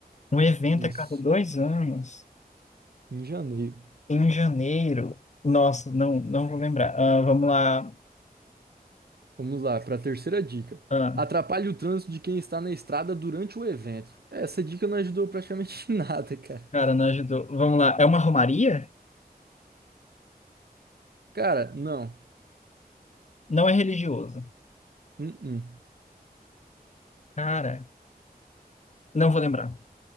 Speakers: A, on the left (about 45°); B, on the right (about 75°).
A: Um evento
B: Isso,
A: a cada dois anos.
B: em janeiro.
A: Em janeiro. Nossa, não, não vou lembrar. Ah, vamos lá.
B: Vamos lá, para a terceira dica.
A: Ah,
B: Atrapalhe o trânsito de quem está na estrada durante o evento. Essa dica não ajudou praticamente <laughs> em nada, cara.
A: cara, não ajudou. Vamos lá. É uma romaria?
B: Cara, não.
A: Não é religioso.
B: Uh-uh.
A: Cara, não vou lembrar.